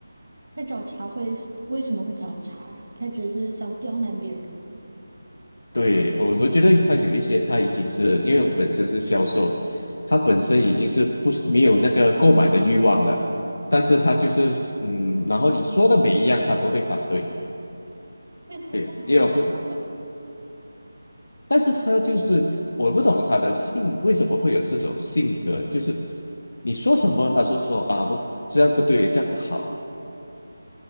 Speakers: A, on the right; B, on the left.
A: 那找茬会是为什么会找茬呀？他只是想刁难别人吗
B: 对，我我觉得他有一些，他已经是因为我本身是销售，他本身已经是不是没有那个购买的欲望了，但是他就是嗯，然后你说的每一样他都会反对，
A: 那他不买不就好了吗？
B: 对，也有，但是他就是我不懂他的性为什么会有这种性格，就是你说什么他说说啊不这样不对，这样不好，